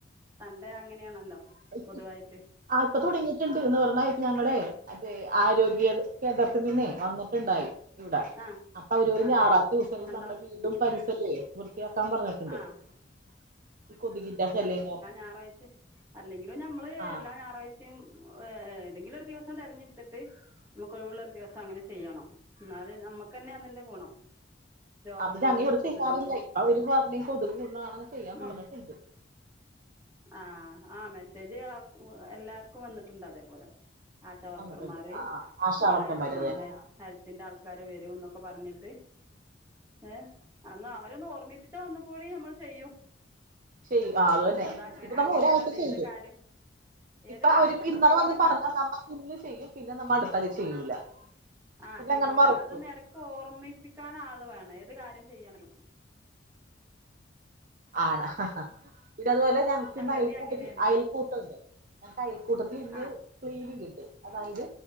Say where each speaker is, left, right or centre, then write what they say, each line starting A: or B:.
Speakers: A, on the right; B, on the right.
A: സൺ‌ഡേ അങ്ങനെയാണല്ലോ?
B: <inaudible>
A: പൊതുവായിട്ട്
B: ആ ഇപ്പൊ തുടങ്ങിയിട്ടുണ്ട് എന്ന് പറഞ്ഞാ ഇപ്പ ഞങ്ങളെ മറ്റേ ആരോഗ്യ കേന്ദ്രത്തിൽ നിന്നെ വന്നിട്ടുണ്ടായി. <unintelligible>
A: ആഹ്
B: അപ്പൊ ഒരു
A: അതെ
B: ഞായറാഴ്ച്ച ദിവസങ്ങളിൽ
A: എന്തോ
B: നമ്മുടെ വീടും പരിസരോം വൃത്തിയാക്കാൻ പറഞ്ഞിട്ട് ണ്ട്
A: ആഹ്
B: കൊതുകിന്റെ ശല്ലിയം കാരണം.
A: ഞായാഴ്ച- അല്ലെങ്കിലും ഞമ്മള്
B: ആ
A: എല്ലാ ഞായറാഴ്ചയും ഏ ഏതെങ്കിലും ഒരു ദിവസം തിരഞ്ഞെടുത്തിട്ട്- നമുക്ക് ഒഴിവള്ള ഒരു ദിവസം അങ്ങനെ ചെയ്യണം എന്നാല് നമ്മുക്ക് തന്നെ അതിന്റെ ഗുണം. രോഗങ്ങളും
B: അത് അങ്ങനെ ഇവിടെ
A: കൊതുകുകളും-
B: ചെയ്യാറില്ല ഇപ്പ അവര് പറഞ്ഞ കൊതുക് കൂടാണെ ചെയ്യാൻ
A: ഉം
B: പറഞ്ഞിട്ടുണ്ട്-
A: ആഹ് ആഹ് മെസ്സേജ് എല്ലാർക്കും വന്നിട്ടുണ്ട് അതേപോലെ- ആശാവർക്കർമാര്
B: വന്നിട്ടുണ്ട് ആ ആ ആശാ
A: ഇങ്ങനെ
B: വർക്കന്മാര് അത്
A: ആഹ്
B: തന്നെ
A: ഹെൽ ഹെൽത്ത്- ഹെൽത്തിന്റെ ആൾക്കാര് വരും എന്നൊക്കെ പറഞ്ഞിട്ട് ഏ അന്ന് അവരൊന്ന ഓർമ്മിപ്പിച്ച് <unintelligible> നമ്മൾ ചെയ്യും.
B: ചെയ്യും ആഹ് അത് തന്നെ
A: അതങ്ങനെ
B: ഇപ്പൊ നമ്മ
A: അങ്ങനെയാണല്ലോ
B: ഒരാഴ്ച ചെയ്യും.
A: ഏത് കാര്യം ഏത്
B: ഇപ്പൊ
A: കാര്യം
B: അവരിപ്പ
A: നമ്മൾ
B: ഇന്നലെ
A: ചെയ്യണ
B: വന്ന് പറഞ്ഞാൽ
A: കാ
B: നമ്മൾ ഇന്ന് ചെയ്യും പിന്നെ നമ്മൾ അടുത്ത് ചെയ്യൂല-
A: ആഹ്
B: പിന്നെ
A: ചെയ്യൂല
B: അങ്ങനെ മറക്കും
A: അതൊന്ന് ഇടക്ക് ഓർമ്മിപ്പിക്കാൻ ആള് വോണം ഏത് കാര്യം ചെയ്യണെൻങ്കിലും-
B: ആണ് ഹ ഹ ഹ ഇത് അതുപോലെ ഞങ്ങ്ക്ക്
A: സംഗതി
B: ഇന്ന് അയൽക്കൂട്ടത്തിൽ
A: അങ്ങനെയാണ്
B: അയൽക്കൂട്ടം ഉണ്ട്, ഞങ്ങ്ക്ക് അയൽക്കൂട്ടത്തിൽ ഇന്ന്
A: ആ
B: ക്ലീനിങ് ഇണ്ട്, അതായത്